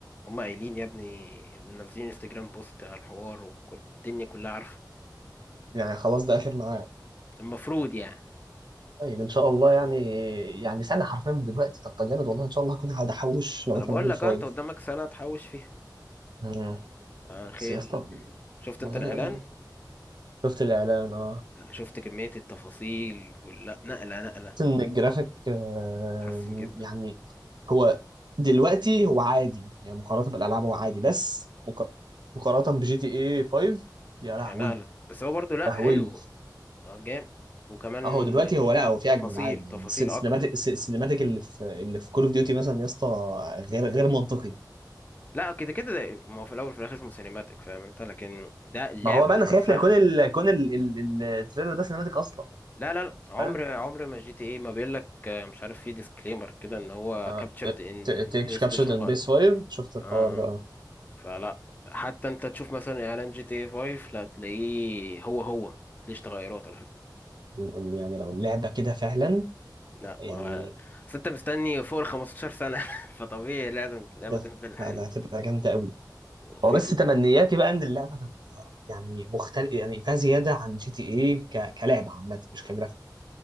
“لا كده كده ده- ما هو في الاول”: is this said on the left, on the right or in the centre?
Left